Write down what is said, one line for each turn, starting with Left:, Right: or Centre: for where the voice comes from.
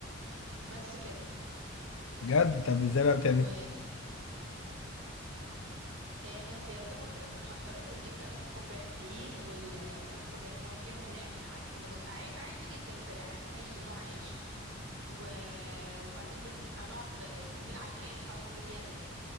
Right: بس كده
Left: بجد طب ازاي بقى بتعملي
Right: و... إيه احنا إيه زي ما قلت لك بنحضره بنجيب ثلاث كوبايات دقيق والثلاث كوبايات ميه ونعجن عجن بص عا- عادي جدا زي عجن اي نوع عيش و- وبعدين بنقعد بالعجان او باليدوي